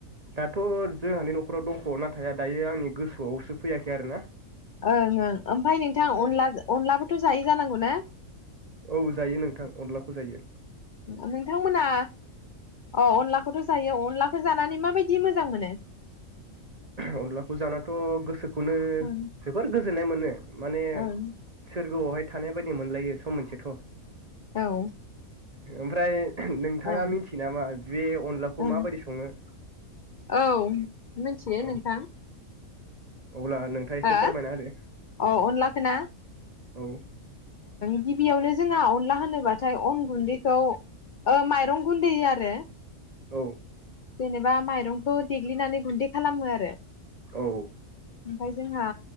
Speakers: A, on the right; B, on the left.
A: दाथ जोंहानि नखराव दंखायो नाथाय दायो आंनि गोसोआवसो फैयाखै आरोना।
B: ओं ओं ओमफ्राय नोंथां अनला अनलाबो। -थ जायो जानांगौ ना।
A: औ जायो नोंथां अनलाखौ जायो।
B: नोंथांमोना अ अनलाखौथ जायो अनलाखौ जानानै माबायदि मोजां मोनो?
A: अनलाखौ जानाथ गोसोखौ। गोसोखौनो
B: ओं
A: जोबोर गोजोननाय। गोजोननाय मोनो। माने
B: ओं
A: सोरगोआवहाय। थानाय बायदि मोनलायो सम मोनसेथ।
B: औ।
A: ओमफ्राय। नोंथाङा
B: ओं
A: मिथियो नामा बे अनलाखौ
B: ओं
A: माबायदि सङो?
B: औ मिथियो
A: औ
B: नोंथां।
A: अब्ला नोंथाङा एसे
B: हो
A: फोरमायना होदो
B: अ अनला खोना।
A: औ।
B: गिबियावनो जोंहा अनला होनोब्लाथाय अन गुन्दैखौ माइरं गुन्दै आरो।
A: औ।
B: जेनेबा माइरंखौ देग्लिनानै गुन्दै खालामो आरो।
A: औ।
B: ओमफ्राय जोंहा,